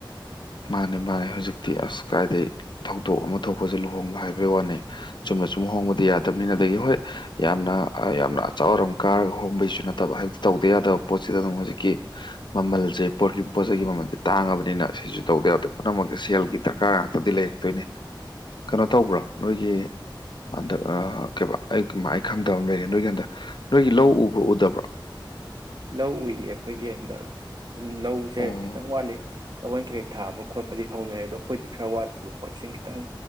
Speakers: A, on the left; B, on the right.
A: ꯃꯥꯅꯦ ꯃꯥꯅꯦ ꯍꯧꯖꯤꯛꯇꯤ ꯑꯁ ꯀꯥꯏꯗꯩ ꯊꯧꯗꯣꯛ ꯑꯃ ꯊꯣꯛꯄꯁꯨ ꯂꯨꯍꯣꯡꯕ ꯍꯥꯏꯕꯩ ꯋꯥꯅꯤ ꯆꯨꯝꯅ ꯁꯨꯝ ꯍꯣꯡꯕꯗꯤ ꯌꯥꯗꯕꯅꯤꯅ ꯑꯗꯒꯤ ꯍꯣꯏ ꯌꯥꯝꯅ ꯌꯥꯝꯅ ꯑꯆꯥꯎ ꯑꯔꯝ ꯀꯥꯔꯒ ꯍꯣꯡꯕꯩꯁꯨ ꯅꯠꯇꯕ ꯍꯥꯏꯕꯗꯤ ꯇꯧꯗ ꯌꯥꯗꯕ ꯄꯣꯠꯁꯤꯗ ꯑꯗꯨꯝ ꯍꯧꯖꯤꯛꯀꯤ ꯃꯃꯜꯁꯦ ꯄꯣꯠꯀꯤ ꯄꯣꯠ ꯆꯩꯒꯤ ꯃꯃꯜꯁꯦ ꯇꯥꯡꯉꯕꯅꯤꯅ ꯁꯤꯁꯨ ꯇꯧꯗꯥ ꯌꯥꯗꯕ ꯄꯨꯝꯅꯃꯛꯀꯤ ꯁꯦꯜꯒꯤ ꯗꯔꯀꯥꯔ ꯉꯥꯛꯇꯗꯤ ꯂꯩꯔꯛꯇꯣꯏꯅꯦ ꯀꯩꯅꯣ ꯇꯧꯕ꯭ꯔꯥ ꯅꯣꯏꯒꯤ ꯍꯟꯗꯛ ꯀꯩ ꯑꯥ ꯑꯩ ꯈꯪꯗꯕ ꯑꯃ ꯂꯩꯔꯦ ꯅꯣꯏꯒꯤ ꯍꯟꯗꯛ ꯅꯣꯏꯒꯤ ꯂꯧ ꯎꯕ꯭ꯔꯣ ꯎꯗꯕ꯭ꯔꯣ
B: ꯂꯧ ꯎꯏ ꯑꯩꯈꯣꯏꯒꯤ ꯍꯟꯗꯛ ꯑꯗꯨꯝ ꯂꯧꯁꯦ
A: ꯑꯣ
B: ꯈꯤꯇꯪ ꯋꯥꯠꯂꯤ ꯂꯧꯍꯣꯟ ꯀꯩ ꯀꯩ ꯊꯥꯕ ꯈꯣꯠꯄꯗꯤ ꯍꯧꯅꯔꯦ ꯑꯗꯣ ꯑꯩꯈꯣꯏꯗꯤ ꯈꯔ ꯋꯥꯠꯂꯤꯕ ꯄꯣꯠꯁꯤꯡ ꯈꯤꯇꯪ